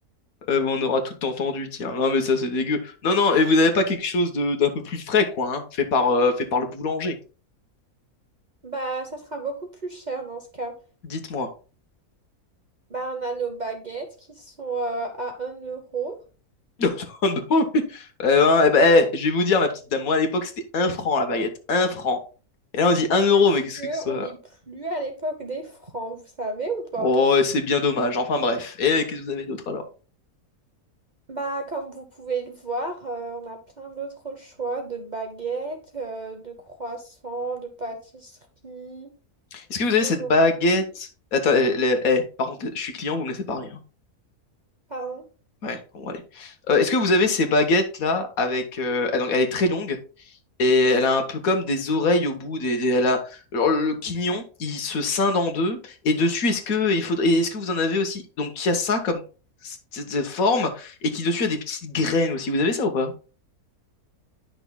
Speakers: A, on the left; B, on the right.
A: Eh ben, on aura tout entendu, tiens. Non, mais ça c'est dégueu. Non, non, et vous avez pas quelque chose de d'un peu plus frais, quoi, hein, fait par, euh, fait par le boulanger.
B: Bah, ça sera beaucoup plus cher dans ce cas.
A: Dites-moi.
B: Bah, on a nos baguettes qui sont euh, à un euro.
A: <laughs> Nintendo, oui. Eh ben, eh ben, eh, je vais vous dire, ma petite dame, moi à l'époque c'était un franc la baguette, un franc. Et là on dit un
B: Monsieur,
A: euro, mais qu'est-ce que c'est que
B: on n'est
A: ça?
B: plus à l'époque des francs, vous savez ou pas?
A: Oh, c'est bien dommage, enfin bref. Et eh, qu'est-ce que vous avez d'autre alors?
B: Bah, comme vous pouvez le voir, euh, on a plein d'autres choix de baguettes, euh, de croissants, de pâtisseries,
A: Est-ce que vous
B: viennoiseries,
A: avez cette baguette? Attends, eh, les- eh, par contre, je suis client, vous me laissez parler. hein.
B: pardon.
A: Ouais, bon, allez. Euh, est-ce que vous avez ces baguettes là avec. euh, ah, donc, elle est très longue et elle a un peu comme des oreilles au bout des, des- elle a alors, le quignon il se scinde en deux et dessus est-ce que il faudrait est-ce que vous en avez aussi donc il y a ça comme s- s- forme et qui dessus a des petites graines aussi vous avez ça ou pas